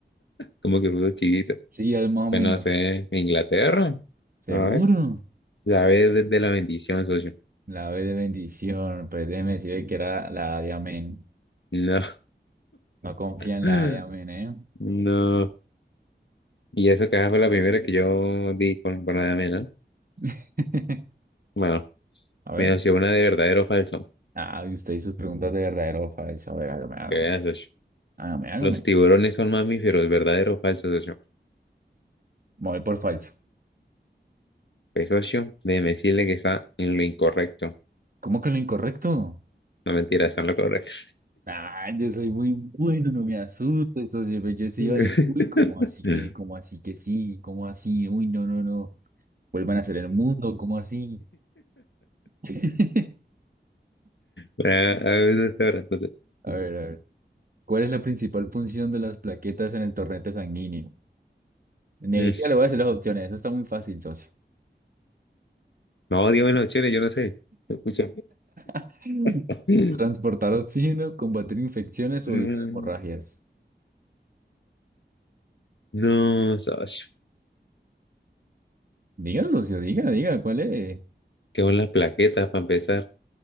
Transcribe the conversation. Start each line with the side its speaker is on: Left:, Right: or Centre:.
Left: como que fue chiquito.
Right: Sí, algo más o
Left: Pues
Right: menos.
Left: no sé, Inglaterra.
Right: ¿Seguro?
Left: A ver, la vez de de la bendición, socio.
Right: La B de bendición, pues déjeme decirle que era la A de amén.
Left: No,
Right: No confía en
Left: <laughs>
Right: la A de amén, ¿eh?
Left: no. Y eso que esa fue la primera que yo di con, con la de amena
Right: <laughs>
Left: Bueno,
Right: A ver.
Left: me dio una de verdadero o falso.
Right: Ah, y usted y sus preguntas de verdadero o falso. A ver, hágame, hágame.
Left: Que veas, socio.
Right: Hágame, hágame.
Left: Los tiburones son mamíferos, verdadero o falso, socio.
Right: Me voy por falso.
Left: Pues, socio, déjeme decirle que está en lo incorrecto.
Right: ¿Cómo que lo incorrecto?
Left: No mentira, está en lo correcto.
Right: Ah, yo soy muy bueno, no me asustes, socio. pero Yo sí
Left: <laughs>
Right: iba a decir, uy, ¿cómo así que, cómo
Left: <laughs>
Right: así que sí? ¿Cómo así? Uy, no, no, no. Vuelvan a hacer el mundo, ¿cómo así? <laughs>
Left: Bueno, a veces ahora entonces.
Right: A ver, a ver. ¿Cuál es la principal función de las plaquetas en el torrente sanguíneo? Ni
Left: <laughs>
Right: siquiera le voy a decir las opciones, eso está muy fácil, socio.
Left: No, dígame las opciones, yo no sé. Escucha.
Right: <laughs>
Left: <laughs>
Right: Transportar oxígeno, combatir infecciones o
Left: No,
Right: evitar hemorragias.
Left: no, socio.
Right: Diga, socio, diga, diga, ¿cuál es?
Left: ¿Qué son las plaquetas para empezar?